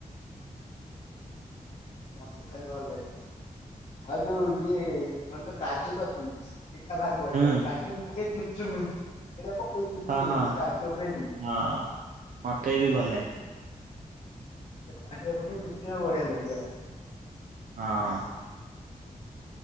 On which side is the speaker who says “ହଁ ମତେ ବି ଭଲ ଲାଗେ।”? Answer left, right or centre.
Right